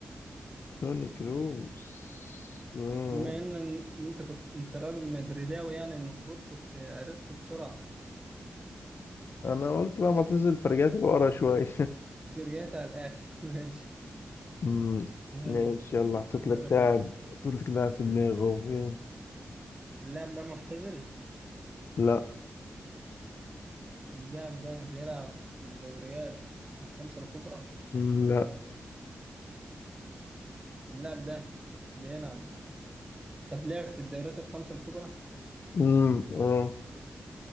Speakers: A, on the left; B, on the right.
A: توني كروس آه.
B: بما ان إن انت كنت انت راجل مدريداوي يعني المفروض كنت عرفته بسرعه
A: أنا قلت بقى معتزل فرجعت لورا شوية
B: زريات على الاخر <laughs> ماشي
A: مم.
B: يلا
A: ماشي يلا حطيت
B: دورك
A: لك لاعب
B: انت
A: حطيت لك لاعب في دماغي أهو. يلا.
B: اللاعب ده معتزل
A: لا
B: اللاعب ده بيلعب في الدوريات الخمسه الكبرى
A: مم، لا
B: اللاعب ده بيلعب طب لعب في الدوريات الخمسه الكبرى
A: مم. اه